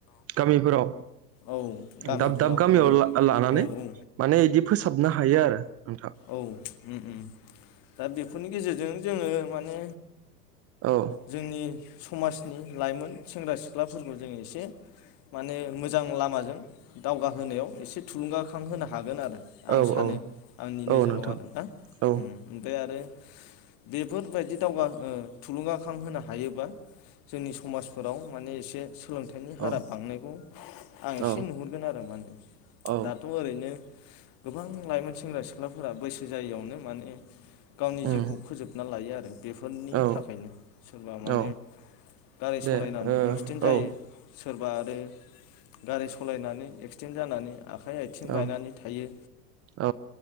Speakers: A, on the right; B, on the left.
A: गामिफोराव
B: औ गामिफोराव
A: दाब दाब गामियाव
B: उम
A: ला-लानानै
B: औ औ
A: माने इदि फोसाबनो हायो आरो नोंथां
B: औ उम उम दा बेफोरनि गेजेरजों जोङो माने
A: ओ औ
B: जोंनि समाजनि लाइमोन सेंग्रा सिख्लाफोरखौ जों एसे माने मोजां लामाजों दावगाहोनायाव एसे थुलुंगाखां होनो हागोन आरो आं
A: औ
B: सानो।
A: औ
B: आंनि नोजोराव
A: औ नोंथां
B: आरो ना
A: औ
B: उम <unintelligible> आ रो बेफोरबायदि दावगा ओ थुलुंगाखां होनो हायोबा जोंनि समाजफोराव माने एसे सोलोंथाइनि
A: औ
B: हारा बांनायखौ आं
A: औ
B: एसे नुहुरगोन आरो माने।
A: औ
B: दाथ' ओरैनो गोबां लाइमोन सेंग्रा सिख्लाफोरा बैसो जायियावनो माने गावनि
A: उम
B: जिउखौ फोजोबना लायो आरो बेफोरनि
A: औ
B: थाखायनो सोरबा माने
A: औ
B: गारि
A: दे
B: सालायनानै एक्सिडेन्ट
A: ओ
B: जायो सोरबा आरो गारि सालायनानै एक्सिडेन्ट जानानै आखाइ आथिं
A: औ
B: बायनानै थायो
A: औ